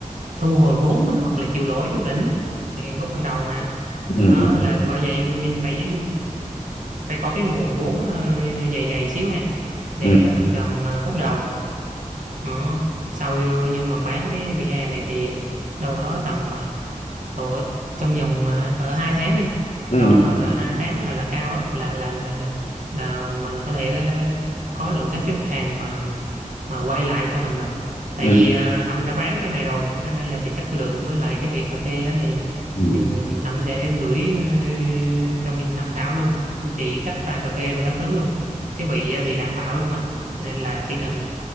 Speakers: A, on the right (about 70°); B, on the left (about 55°).
A: thu hồi vốn hoặc là chịu lỗ trúng đỉnh thì khúc ban đầu mà
B: ừ
A: đó là bởi vậy mình phải phải có cái nguồn vốn ờ, dày dày xíu ha để
B: ừ
A: mình gồng ờ, khúc đầu Ờ, sau nhưng mà bán cái VR này thì đâu đó tầm ờ, độ trong vòng à, cỡ 2 tháng đi
B: ừ
A: cho đó là 2 tháng là là cao á là là là là là mình có thể ờ, có lượng các khách hàng mà mà mà quay lại cho mình rồi tại
B: ừ
A: vì à, Thẩm đã bán cái này rồi cho nên là về chất lượng với lại cái vị cà phê á thì
B: ừ.
A: ừ, Thẩm sẽ gửi ờ, cho Minh tham khảo luôn chỉ cách pha cà phê rồi các thứ luôn cái vị ờ, thì đảm bảo luôn á nên là chỉ cần